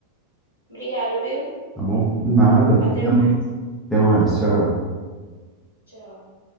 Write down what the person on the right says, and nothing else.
obrigado, viu?
Até
mais.
Tchau.